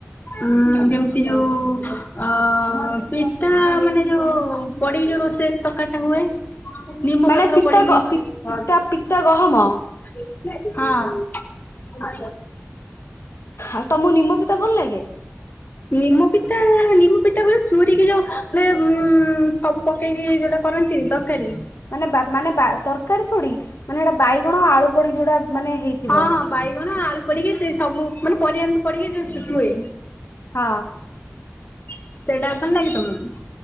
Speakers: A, on the left; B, on the left.
A: ଉଁ ଯେମିତି ଯୋଉ ଅ ପି ସେଟା ମାନେ ଯୋଉ ପଡିକି ଯୋଉ ରୋଷେଇ ତକାରୀ ଟା ହୁଏ। ନିମ
B: ମାନେ
A: ପତ୍ର
B: ପିତା
A: ପଡିକି
B: ପିତା ପିତା ଗହମ।
A: ହଁ।
B: ଆଉ ତମ ନିମ ପିତା ଭଲ ଲାଗେ।
A: ନିମ ପିତା ନିମ ପିତା କ ଯୋଉ ଚୁରୁରୀିକ ଯୋଉ ମାନେ ଉଁ ସବୁ ପକେଇକି ଯୋଉଟା କରନ୍ତିନି ଦରକାରୀ
B: ମାନେ ବା ମାନେ ବା ତରକାରୀ ଥୋଡ଼ି ମାନେ ହେଡ଼ା ବାଇଗଣ ଆଳୁ ପଡ଼ି ଯୋଉଟା ମାନେ ହେଇଥିବ।
A: ହଁ ହଁ ବାଇଗଣ ଆଳୁ ପଡିକି ସେ ସବୁ ମାନେ ପରିବା ଏମିତି ପଡ଼ିକି ଯୋଉ ହୁଏ।
B: ହଁ।
A: ସେଇଟା ଭଲ ଲାଗେ ତମକୁ?